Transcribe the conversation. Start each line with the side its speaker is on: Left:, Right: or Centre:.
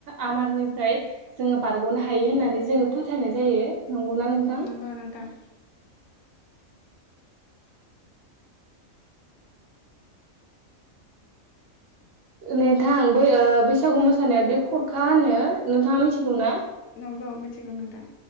Right: आमारनिफ्राय जोङो बारगनो हायो होननानै जोङो फोथायनाय जायो। नंगौना नोंथां
Left: नंगौ नोंथां।
Right: नोंथां बै ओ बैसागु मोसानाया दि खरखा होनो नोंथाङा मिथिगौ ना?
Left: नंगौ मिथिगौ नों